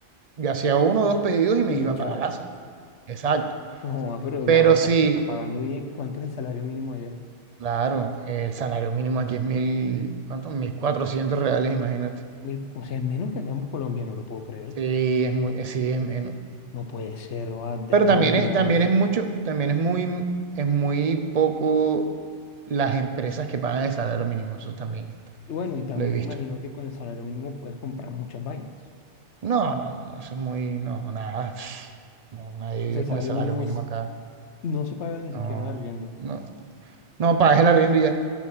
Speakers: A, on the right; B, on the left.
A: yo hacía uno o dos pedidos y me
B: Y
A: iba
B: chavo.
A: para la casa. Exacto.
B: No, ah, pero
A: Pero
B: la verdad
A: sí,
B: es que está pagando bien. ¿Cuánto es el salario mínimo allá?
A: claro, el salario mínimo aquí es mil, ¿cuánto? mil cuatrocientos reales, imagínate.
B: Mil- o sea, es menos que acá en Colombia, no lo puedo creer.
A: Sí, es muy, eh, sí, es menos.
B: No puede ser, o tengo
A: Pero
B: que
A: también
B: investigar
A: es, también
B: eso.
A: es mucho, también es muy, es muy poco las empresas que pagan el salario mínimo, eso también
B: Y bueno, y también
A: lo he visto.
B: me imagino que con el salario mínimo puedes comprar muchas vainas.
A: No, no, no, no, eso es muy, no, nada, <sighs> pf, no, nadie
B: O
A: vive
B: sea, el
A: con
B: salario
A: el salario
B: mínimo
A: mínimo
B: es-
A: acá,
B: no se paga ni
A: no,
B: siquiera un arriendo.
A: no, no, pagas el arriendo y ya,